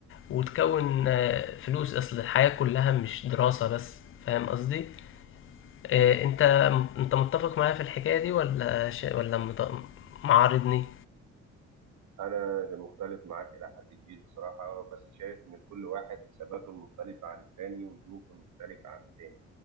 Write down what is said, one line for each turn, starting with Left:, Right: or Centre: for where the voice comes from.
Left: وتكون آه، فلوس اصل الحياة كلها مش دراسة بس فاهم قصدي إيه، انت انت متفق معايا في الحكايه دي ولا ش... ولا مت... معارضني
Right: انا مختلف معاك الى حد كبير بصراحه بس شايف ان كل واحد حساباته المختلفه عن التاني وظروفه المختلفه عن التاني